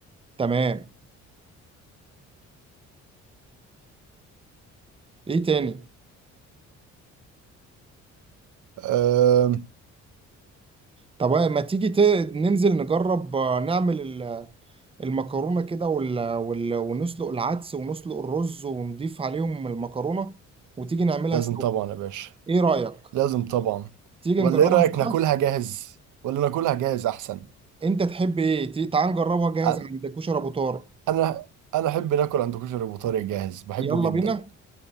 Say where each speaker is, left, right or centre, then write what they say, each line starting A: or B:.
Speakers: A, on the right (about 20°); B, on the right (about 80°).
A: تمام ايه تاني
B: أم...
A: طب ما تيجي ت... ننزل نجرب آه، نعمل المكرونة كده وال... وال... ونسلق العدس ونسلق الرز ونضيف عليهم المكرونة وتيجي نعملها
B: لازم
A: سوا
B: طبعا يا باشا
A: ايه رأيك
B: لازم طبعا
A: تيجي
B: ولا
A: نجربها
B: ايه رأيك
A: سوا
B: ناكلها جاهز ولا ناكلها جاهز احسن
A: انت تحب ايه تي- تعال نجربها جاهز
B: أ-
A: عند كشري ابو طارق
B: انا انا احب ناكل عند كشري ابو طارق جاهز بحبه
A: يلا
B: جدا
A: بينا